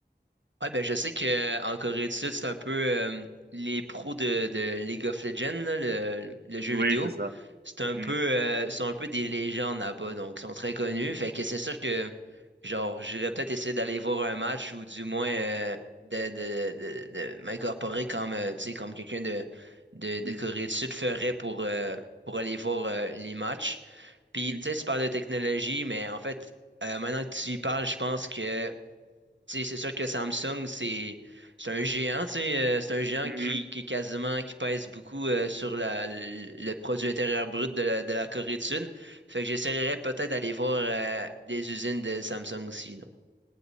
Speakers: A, on the right (about 80°); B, on the right (about 60°).
A: Ouais, ben je sais que euh, en Corée du Sud, c'est un peu euh, les pros de, de League of Legends, là, le, le jeu
B: Oui,
A: vidéo.
B: c'est ça.
A: C'est un
B: Mmh,
A: peu euh, sont un peu des légendes là-bas, donc ils sont très connus. Fait que c'est sûr que genre j'irais peut-être essayer d'aller voir un match ou du moins euh, de, de, de, de m'incorporer comme euh, tu sais comme quelqu'un de, de, de
B: mmh,
A: Corée du Sud ferait pour, euh, pour aller voir euh, les matchs. Puis
B: mmh.
A: tu sais, tu parles de technologie, mais en fait, euh, maintenant que tu y parles, je pense que. Tu sais, c'est sûr que Samsung, c'est c'est un géant, tu sais, euh, c'est un géant
B: Mmh
A: qui, qui est quasiment, qui pèse beaucoup euh, sur la, le, le produit intérieur brut de la, de la Corée du Sud. Fait que j'essaierais peut-être d'aller voir euh, des usines de Samsung aussi, non?